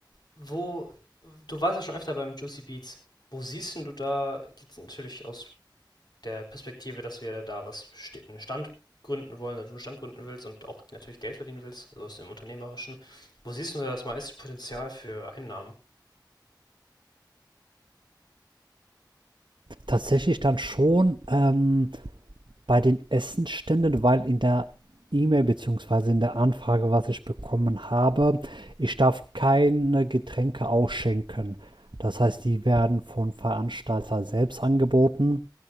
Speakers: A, on the left (about 65°); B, on the right (about 80°).
A: wo, du warst ja schon öfter beim Juicy Beats. Wo siehst denn du da, jetzt natürlich aus der Perspektive, dass wir da was, ste- einen Stand gründen wollen, oder du einen Stand gründen willst und auch natürlich Geld verdienen willst, also aus dem Unternehmerischen. Wo siehst du da das meiste Potenzial für Einnahmen?
B: Tatsächlich dann schon ähm, bei den Essensständen, weil in der E-Mail beziehungsweise in der Anfrage, was ich bekommen habe, ich darf keine Getränke ausschenken. Das heißt, die werden von Veranstalter selbst angeboten.